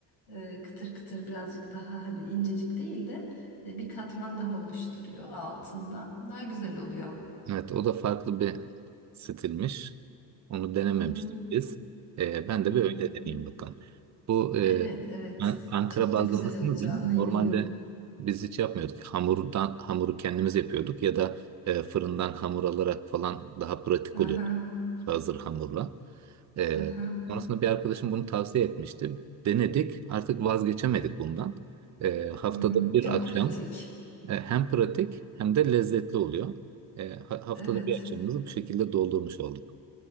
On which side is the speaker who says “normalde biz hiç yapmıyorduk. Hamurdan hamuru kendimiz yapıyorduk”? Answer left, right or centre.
Right